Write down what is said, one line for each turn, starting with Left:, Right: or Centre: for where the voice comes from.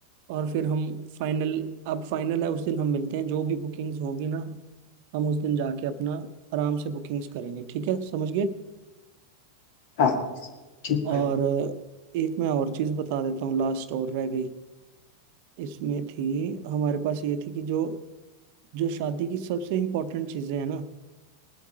Right: और फिर हम फाइनल अब फाइनल है उस दिन हम मिलते हैं जो भी बुकिंग्स होगी ना हम उस दिन जाके अपना आराम से बुकिंग्स करेंगे ठीक है समझ गए
Left: हाँ ठीक
Right: और
Left: है
Right: अ, एक मैं और चीज़ बता देता हूँ लास्ट और रह गई इसमें थी हमारे पास ये थी कि जो जो शादी की सबसे इम्पोर्टेंट चीज़ें हैं ना